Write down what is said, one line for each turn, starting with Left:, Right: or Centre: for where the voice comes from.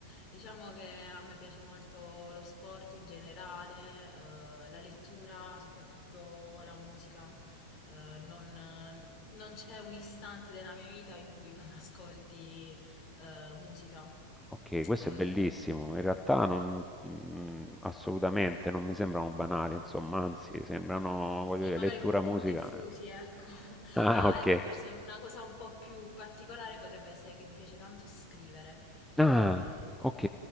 Left: Diciamo che a me piace molto lo sport in generale, eh, la lettura, soprattutto la musica. Eh, non, non c'è un istante della mia vita in cui non ascolti, eh, musica.
Centre: Ok, questo
Left: Eh,
Centre: è bellissimo. In realtà non, mm, assolutamente non mi sembrano banali, insomma, anzi, sembrano, voglio
Left: Sì,
Centre: dire,
Left: magari
Centre: lettura,
Left: un po' più
Centre: musica.
Left: diffusi,
Centre: eh.
Left: ecco. <laughs>
Centre: Ah,
Left: Ah,
Centre: ok.
Left: ecco, forse una cosa un po' più particolare potrebbe essere che mi piace tanto scrivere.
Centre: Ah,
Left: Eh,
Centre: ok.